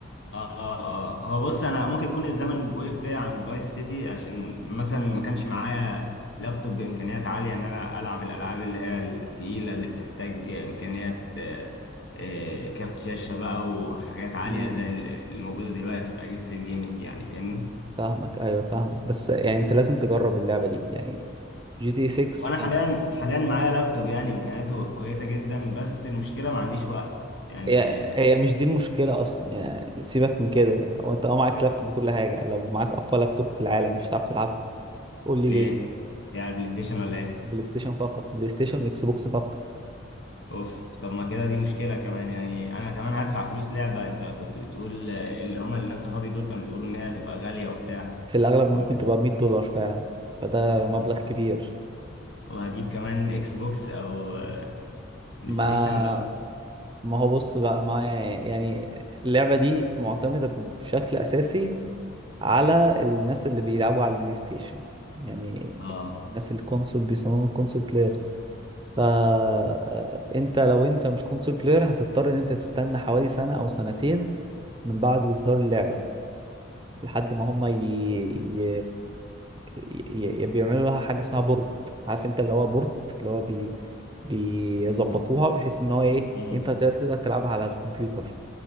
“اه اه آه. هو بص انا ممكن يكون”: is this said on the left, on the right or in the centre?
Left